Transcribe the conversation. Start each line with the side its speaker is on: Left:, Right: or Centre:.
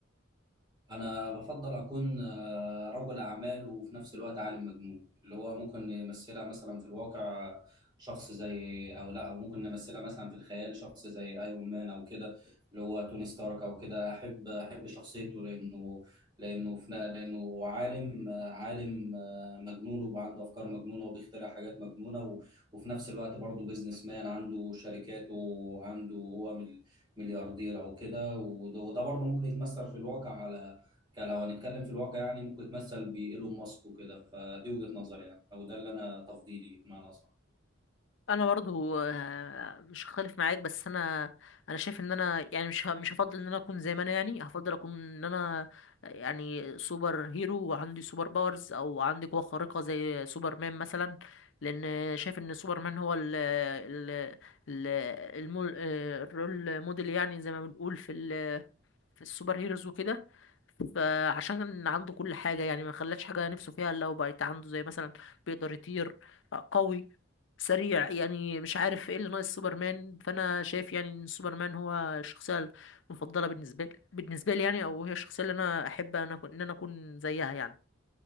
Right: أنا بفضل أكون آه، رجل أعمال وفي نفس الوقت عالم مجنون اللي هو ممكن نمثلها مثلا في الواقع شخص زي أو لا أو ممكن نمثلها مثلا في الخيال شخص زي أيرون مان أو كده اللي هو توني ستارك أو كده أحب أحب شخصيته لأنه لأنه في لأنه عالم آه، عالم آه، مجنون وبقى عنده أفكار مجنونة وبيخترع حاجات مجنونة و- وفي نفس الوقت برضه بيزنس مان عنده شركاته وعنده هو مل- ملياردير أو كده وده وده برضه ممكن يتمثل في الواقع على كان لو هنتكلم في الواقع يعني ممكن يتمثل بإيلون ماسك وكده فدي وجهة نظري يعني او ده اللي انا تفضيلي بمعنى اصح
Left: انا برضو آه، مش هختلف معاك بس انا انا شايف ان انا يعني مش ه- مش هفضل ان انا اكون زي ما انا يعني هفضل اكون ان انا يعني سوبر هيرو وعندي سوبر باورز او عندي قوة خارقة زي سوبرمان مثلا لان شايف ان سوبرمان هو ال ال ال المو- آه، الرول موديل يعني زي ما بنقول في ال- في السوبر هيروز وكده فعشان عنده كل حاجة يعني ما خلاش حاجة نفسه فيها إلا هو بقت عنده زي مثلا بيقدر يطير آه، قوي سريع يعني مش عارف ايه اللي ناقص سوبرمان فانا شايف يعني ان سوبرمان هو الشخصيه المفضله بالنسبه لي بالنسبه لي يعني او هي الشخصيه اللي انا احب انا أكون- ان انا اكون زيها يعني